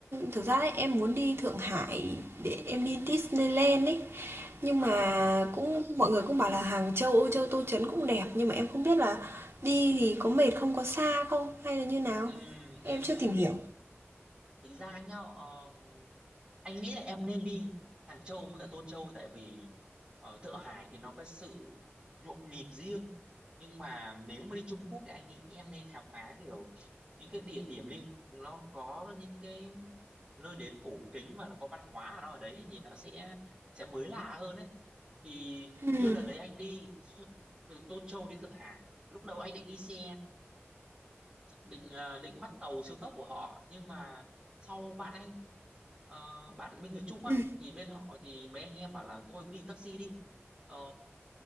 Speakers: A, on the right; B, on the right.
A: thực ra ấy, em muốn đi Thượng Hải để em đi Disneyland ấy. Nhưng
B: à,
A: mà cũng mọi người cũng bảo là Hàng Châu, Âu Châu, Tô Trấn cũng đẹp, nhưng mà em không biết là đi thì có mệt không, có xa không hay là như
B: ừm,
A: nào? Em
B: ừm.
A: chưa tìm hiểu.
B: thực ra nhá ờ, anh nghĩ là em nên đi Hàng Châu với cả Tô Châu tại vì ở Thượng Hải thì nó có sự nhộn nhịp riêng nhưng mà nếu mà đi Trung Quốc thì anh nghĩ em nên khám phá kiểu những cái địa điểm liên nó có những cái nơi đến cổ kính mà nó có văn hóa ở nó ở đấy thì nó sẽ sẽ mới lạ hơn đấy thì
A: Ừ
B: như lần đấy anh đi xuất- từ Tô Châu đi Thượng Hải lúc đầu anh định đi xe định ờ, định bắt tàu siêu tốc của họ nhưng mà sau bạn anh ờ, bạn bên người Trung á
A: ừ
B: thì bên họ thì mấy anh em bảo là thôi đi taxi đi Ờ,